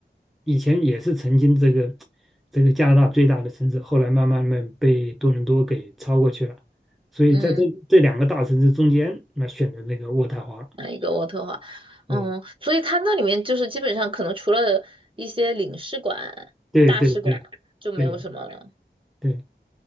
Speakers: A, in the centre; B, on the right.
A: 以前也是曾经这个这个加拿大最大的城市，后来慢慢慢被多伦多给超过去了。所以在这这两个大城市中间，
B: 嗯，
A: 那选的那个渥太华，
B: 那一个渥特华，嗯，
A: 嗯，
B: 所以它那里面就是基本上可能除了一些领事馆、
A: 对对对。
B: 大使馆就没有什么了，
A: 对对，